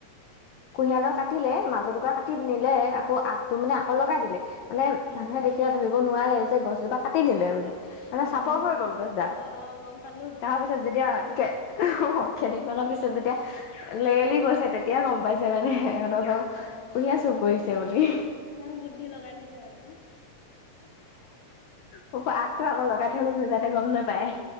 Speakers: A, on the left; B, on the left.
A: কুঁহিয়া দাল কাটিলে মাজৰ দুক কাটি নিলে আকৌ আগটো মানে আকৌ লগাই দিলে। মানে
B: উম
A: মানুহে দেখিলে ধৰিব নোৱাৰে যে গছজোপা কাটি নিলে বুলি। মানে
B: উম
A: চাপৰ হৈ গ'ল গছডাল।
B: অ অ গম পালো
A: তাৰ পিছত যেতিয়া কেইদিনমানৰ পিছত যেতিয়া লেৰেলি গৈছে তেতিয়া গম পাইছে মানে।
B: অ
A: কুহিয়া চুৰ কৰিছে বুলি।
B: ইমান বুদ্ধি লগাই নিছে মানে
A: অ
B: উম
A: আগটো আকৌ লগাই থৈ গৈছে যাতে গম নেপায়।